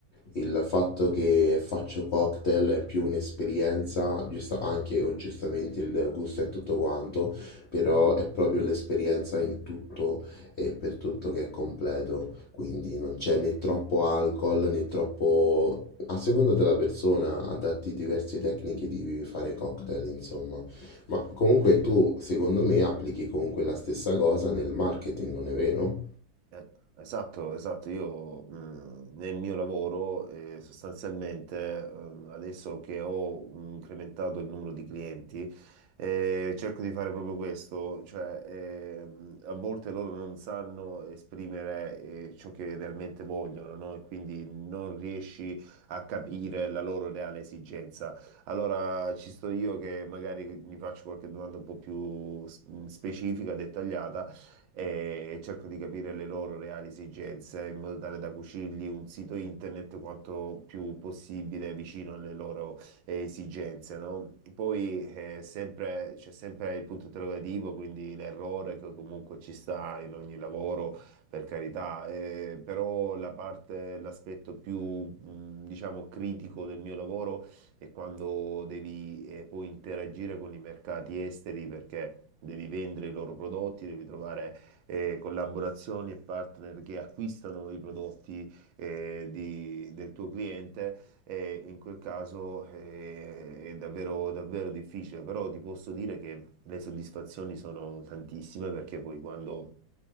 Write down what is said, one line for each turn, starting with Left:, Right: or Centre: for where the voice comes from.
Left: Il fatto che faccio cocktail è più un'esperienza, giusta- anche o giustamente il gusto è tutto quanto, però è proprio l'esperienza in tutto e per tutto che è completo, quindi non c'è né troppo alcol né troppo... A seconda della persona, adatti diverse tecniche di fare cocktail, insomma. Ma comunque tu, secondo me, applichi comunque la stessa cosa nel marketing, non è vero?
Right: Eh, Esatto, esatto. Io mh, nel mio lavoro eh, sostanzialmente ehm, adesso che ho mh, incrementato il numero di clienti eh, cerco di fare proprio questo, cioè ehm, a volte loro non sanno esprimere eh, ciò che realmente vogliono, no? E quindi non riesci a capire la loro reale esigenza. Allora ci sto io che magari mi faccio qualche domanda un po' più s- mh, specifica, dettagliata e cerco di capire le loro reali esigenze in modo tale da cucirgli un sito internet quanto più possibile vicino alle loro eh, esigenze, no? Poi eh, sempre- c'è sempre il punto interrogativo, quindi l'errore che comunque ci sta in ogni lavoro, per carità, eh, però la parte, l'aspetto più, mh, diciamo, critico del mio lavoro è quando devi eh, poi interagire con i mercati esteri perché... Devi vendere i loro prodotti, devi trovare eh, collaborazioni e partner che acquistano i prodotti eh, di- del tuo cliente, eh, in quel caso eh, è davvero, davvero difficile, però ti posso dire che le soddisfazioni sono tantissime perché poi quando